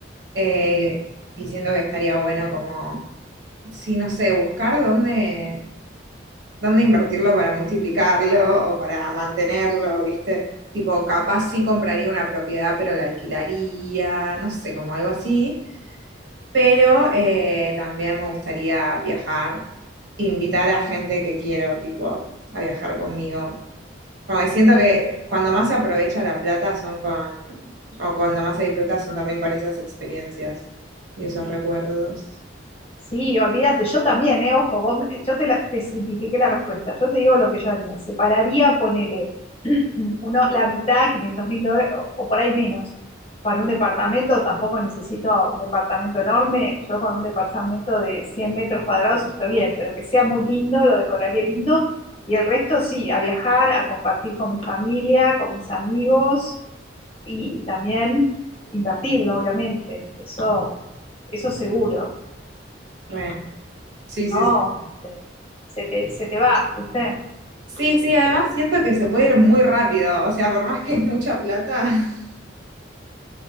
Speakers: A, on the right; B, on the left.
A: Eh, y siento que estaría bueno como, sí, no sé, buscar dónde, dónde invertirlo para multiplicarlo o para mantenerlo, ¿viste? Tipo, capaz sí compraría una propiedad, pero la alquilaría, no sé, como algo así pero eh, también me gustaría viajar, invitar a gente que quiero, tipo, a viajar conmigo. Como que siento que cuando más se aprovecha la plata son con, o cuando más se disfruta son también con esas experiencias y esos recuerdos.
B: Sí, olvídate, yo también, eh, ojo, vos, me- yo te, la- te simplifiqué la respuesta, yo te digo lo que yo haría, separaría, ponele <clears throat> uno, la mitad, quinientos mil dólares, o, o por ahí menos, para un departamento, tampoco necesito un departamento enorme, yo con un departamento de 100 metros cuadrados estoy bien, pero que sea muy lindo, lo decoraría lindo, y el resto sí, a viajar, a compartir con mi familia, con mis amigos, y también invertirlo, obviamente, eso, eso seguro.
A: Re.
B: Eh,
A: Sí, sí.
B: no, este, se te, se te va, ¿viste?
A: Sí, sí, sí, además
B: Se te-
A: siento que se puede ir muy rápido, o sea, por más que es mucha plata, <laughs>